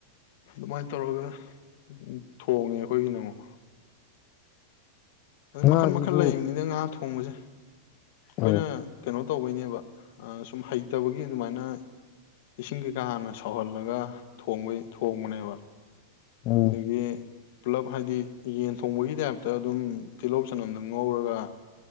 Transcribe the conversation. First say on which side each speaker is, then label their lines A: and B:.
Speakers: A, on the left (about 60°); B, on the left (about 40°).
A: ꯑꯗꯨꯃꯥꯏꯅ ꯇꯧꯔꯒ <unintelligible> ꯊꯣꯡꯉꯦ ꯑꯩꯈꯣꯏꯒꯤꯅ ꯑꯃꯨꯛ ꯑꯗꯨ
B: ꯉꯥꯁꯤꯕꯨ
A: ꯃꯈꯟ ꯃꯈꯟ ꯂꯩꯕꯅꯤꯅ ꯉꯥ ꯊꯣꯡꯕꯁꯦ ꯑꯩꯈꯣꯏꯅ
B: ꯎꯝ
A: ꯀꯩꯅꯣ ꯇꯧꯕꯩꯅꯦꯕ ꯑꯥ ꯁꯨꯝ ꯍꯩꯇꯕꯒꯤ ꯑꯗꯨꯃꯥꯏꯅ ꯏꯁꯤꯡ ꯀꯩꯀꯥ ꯍꯥꯟꯅ ꯁꯧꯍꯜꯂꯒ ꯊꯣꯡꯕꯩ ꯊꯣꯡꯕꯅꯦꯕ
B: ꯎꯝ
A: ꯑꯗꯒꯤ ꯄꯨꯂꯞ ꯍꯥꯏꯗꯤ ꯌꯦꯟ ꯊꯣꯡꯕꯒꯤ ꯇꯥꯏꯞꯇ ꯑꯗꯨꯝ ꯇꯤꯜꯍꯧ ꯆꯅꯝꯗ ꯉꯧꯔꯒ